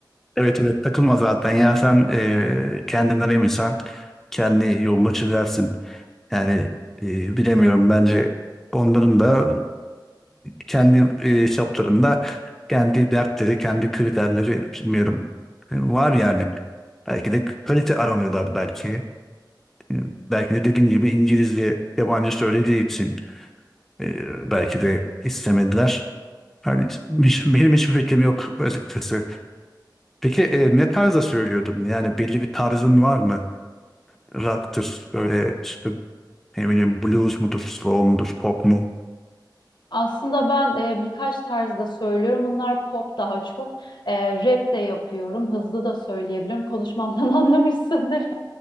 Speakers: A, in the centre; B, on the left.
A: Evet evet takılma zaten ya sen e, kendinden eminsen kendi yolunu çizersin. Yani e, bilemiyorum bence onların da kendi e, hesaplarında kendi dertleri, kendi kriterleri bilmiyorum. E, Var yani. Belki de kalite aramıyorlar belki. E, Belki de dediğin gibi İngilizce yabancı söylediği için e, belki de istemediler. Hani hiç- benim hiçbir fikrim yok açıkçası. Peki e, ne tarzda söylüyordum? Yani belli bir tarzın var mı? Rock'tır, böyle işte ne bileyim blues mudur, slow mudur, pop mu?
B: Aslında ben e, birkaç tarzda söylüyorum. Bunlar pop daha çok. E, rap de yapıyorum. Hızlı da söyleyebiliyorum. Konuşmamdan <laughs> anlamışsındır.